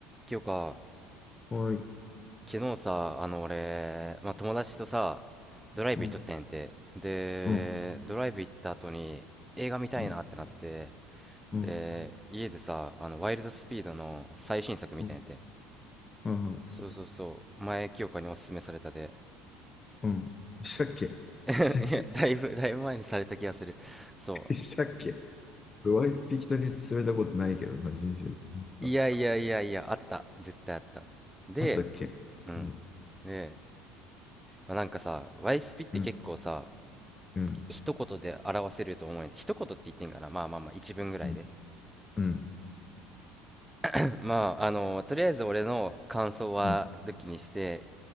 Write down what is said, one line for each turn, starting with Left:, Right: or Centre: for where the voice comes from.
Centre: 今日か、
Left: はい。
Centre: 昨日さ、あの俺、まあ、友達とさ、ドライブ行っとったんやんて。
Left: うん。
Centre: で、
Left: うん。
Centre: ドライブ行った後に映画見たいなってなって、
Left: うん。うん。
Centre: で、家でさ、あの、ワイルドスピードの最新作見たんやんて。
Left: うん。はいはい
Centre: そうそうそう、前清かにおすすめされたで。
Left: うん。したっけしたっけ
Centre: <laughs> いや、だいぶ、だいぶ前にされた気がする。そ
Left: したっけワイスピ人に勧めたことないけどな、人生で。
Centre: う。
Left: あ
Centre: いやいやいやいや、あった。絶対あった。で、
Left: あったっけうん。
Centre: うん。で、まあ、なんかさ、ワイスピって結構さ、
Left: うん。うん。
Centre: 一言で表せると思うんで一言って言ってんかなまあまあまあ一文ぐらいで
Left: うん。うん。
Centre: <laughs> まああのとりあえず俺の感想は抜きにして
Left: うん。